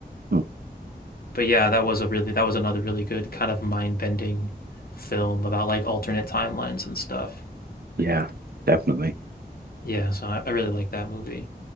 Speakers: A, on the right (about 70°); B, on the left (about 65°).
A: Hmm.
B: But yeah, that was a really that was another really good kind of mind-bending film about like alternate timelines and stuff.
A: Yeah, definitely.
B: Yeah, so I, I really like that movie.